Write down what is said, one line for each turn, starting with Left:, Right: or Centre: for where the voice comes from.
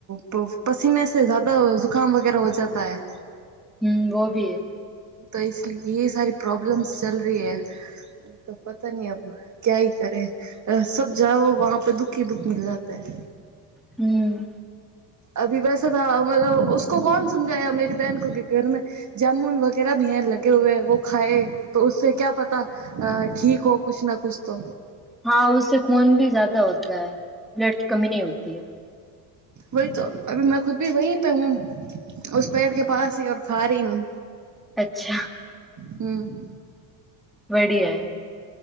Right: તો પસીનેથી જ્યાદા જુકામ વગેરા હો જતા હૈ.
Centre: હમ વો ભી હૈ
Right: તો એ સારી પ્રોબ્લેમ્સ ચલ રહી હૈ તો પતા નહી અબ ક્યાય કરે સબ જાઓ વહ પે દુઃખી દુઃખ મલ જતે હ
Centre: હમ.
Right: અભી વેસા થા મતલબકો કોણ સમજાયા મેરી બહેન કો કે ઘર મે જામુન વગેરા ભી હૈ લગે હએ વ ખાએ તોસે ક્યા પતા અ ઠીક હો કછ ના કછ તો
Centre: હા ઉસે ખૂન ભી જ્યાદા હોતા હ બ્લડ કમી નહી હોતી હ
Right: વહી તો અભી મેં ખુદ ભી વહી પે હું પેડ કે પાસેર ખા રહી હુંમ
Centre: અચ્છા
Right: હમ્મ
Centre: વડી આ